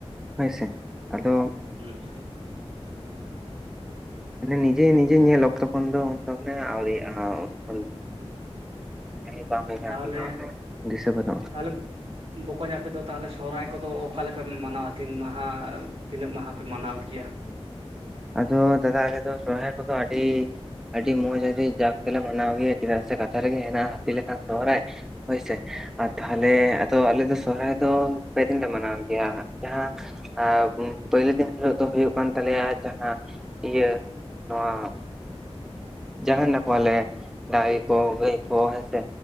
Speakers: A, in the centre; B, on the right (about 65°).
A: ᱦᱮᱸᱥᱮ ᱟᱫᱚ
B: ᱦᱩᱸ
A: ᱱᱤᱡᱮ ᱱᱤᱡᱮ ᱧᱮᱞ ᱚᱠᱛᱚ ᱠᱷᱚᱱ ᱫᱚ ᱩᱱᱫᱚ ᱢᱟᱱᱮ ᱟᱹᱣᱨᱤᱜᱼᱟ ᱩᱱ ᱫᱚ <unintelligible>
B: ᱛᱟᱦᱚᱞᱮ
A: ᱫᱤᱥᱟᱹ ᱵᱟᱹᱱᱩᱜᱼᱟ
B: ᱛᱟᱦᱚᱞᱮ ᱵᱚᱠᱚᱧ ᱟᱯᱮᱫ ᱫᱚ ᱛᱟᱦᱚᱞᱮ ᱥᱚᱦᱚᱨᱟᱭ ᱠᱚᱫᱚ ᱚᱠᱟᱮ ᱞᱮᱠᱟᱯᱮ ᱢᱟᱱᱟᱣᱟ ᱛᱤᱱ ᱢᱟᱦᱟ ᱛᱤᱱᱟᱹᱜ ᱢᱟᱦᱟ ᱯᱮ ᱢᱟᱱᱟᱣ ᱠᱮᱭᱟ?
A: ᱟᱫᱚ ᱫᱟᱫᱟ ᱟᱞᱮᱚ ᱥᱚᱦᱚᱨᱟᱭ ᱠᱚᱫᱚ ᱟᱹᱰᱤ ᱟᱹᱰᱤ ᱢᱚᱸᱡᱽ ᱟᱹᱰᱤ ᱡᱟᱠ ᱛᱮᱞᱮ ᱢᱟᱱᱟᱣ ᱜᱮᱭᱟ ᱪᱮᱫᱟᱜ ᱥᱮ ᱠᱟᱛᱷᱟ ᱨᱮᱜᱮ ᱦᱮᱱᱟᱜᱼᱟ ᱦᱟᱹᱛᱤ ᱞᱮᱠᱷᱟᱱ ᱥᱚᱦᱚᱨᱟᱭ, ᱦᱳᱭᱥᱮ ᱟᱨ ᱛᱟᱦᱚᱞᱮ ᱟᱫᱚ ᱟᱞᱮ ᱫᱚ ᱥᱚᱦᱚᱨᱟᱭ ᱫᱚ ᱯᱮ ᱫᱤᱱ ᱞᱮᱮ ᱢᱟᱱᱟᱣ ᱜᱮᱭᱟ, ᱡᱟᱦᱟᱸ ᱟᱨ ᱯᱳᱭᱞᱳ ᱫᱤᱱ ᱦᱤᱞᱳᱜ ᱫᱚ ᱦᱩᱭᱩᱜ ᱠᱟᱱ ᱛᱟᱞᱮᱭᱟ ᱡᱟᱦᱟᱸ ᱤᱭᱟᱹ ᱱᱚᱣᱟ ᱡᱟᱜᱟᱱᱟ ᱠᱚᱣᱟᱞᱮ ᱰᱟᱝᱨᱤ ᱠᱚ ᱜᱟᱹᱭ ᱠᱚ ᱦᱮᱸᱥᱮ,